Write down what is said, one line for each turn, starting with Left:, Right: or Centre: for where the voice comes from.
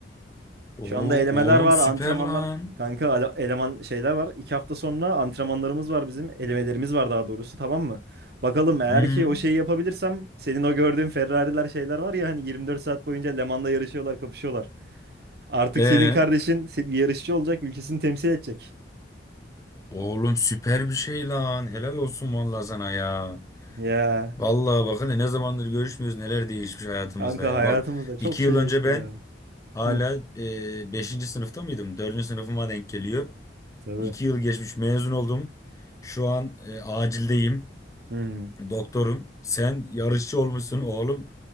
Left: Oo,
Right: Şu anda elemeler
Left: oğlum
Right: var,
Left: süper
Right: antrenmanlar.
Left: lan.
Right: Kanka ale- eleman şeyler var. İki hafta sonra antrenmanlarımız var bizim. Elemelerimiz var daha doğrusu tamam mı? Bakalım eğer
Left: Hı,
Right: ki o şeyi yapabilirsem senin o gördüğün Ferrari'ler şeyler var ya hani 24 saat boyunca Le Mans'la yarışıyorlar, kapışıyorlar. Artık
Left: ee,
Right: senin kardeşin se- bir yarışçı olacak, ülkesini temsil edecek.
Left: oğlum süper bir şey lan. Helal olsun vallahi sana ya.
Right: Ya
Left: Vallahi bakın ne zamandır görüşmüyoruz neler değişmiş hayatımızda
Right: kanka
Left: ya.
Right: hayatımızda
Left: Bak
Right: çok
Left: iki
Right: şey
Left: yıl önce
Right: değişti
Left: ben
Right: ya.
Left: hala
Right: Hı,
Left: e, beşinci sınıfta mıydım? Dördüncü sınıfıma denk geliyor.
Right: tabii.
Left: İki yıl geçmiş mezun oldum. Şu an e, acildeyim.
Right: Hı hı.
Left: Doktorum. Sen yarışçı olmuşsun oğlum.